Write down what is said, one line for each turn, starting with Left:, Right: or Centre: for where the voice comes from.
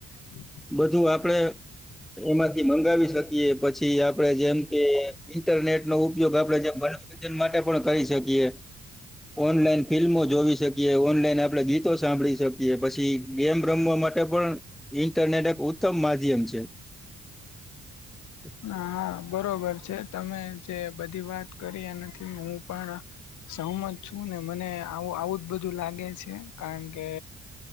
Left: હમ
Centre: બધું આપડે એમાંથી મંગાવી શકીએ પછી આપડે જેમ કે ઇન્ટરનેટ નો ઉપ ગ આપે જે મનોરંજન માટે પણ કરી શકીએ. ઓનલાઈન ફિલ્મો જોવી, કે ઓનલાઈન આપે ગીતો સાંભળી શકીએ. કે પછી ગેમ રમવા માટે પણ ઇન્ટરનેટ એક ઉત્તમ માધ્યમ છે. <inaudible>
Left: હ હા બરોબર છે. તમે જે બધી વાત કરી એના હું પણ સહમત છું ને મને આવું આવું જ બધું લાગે છે. કારણ કે